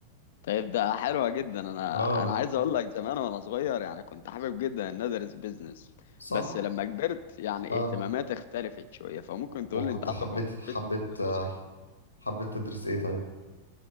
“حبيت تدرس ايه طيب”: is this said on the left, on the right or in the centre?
Left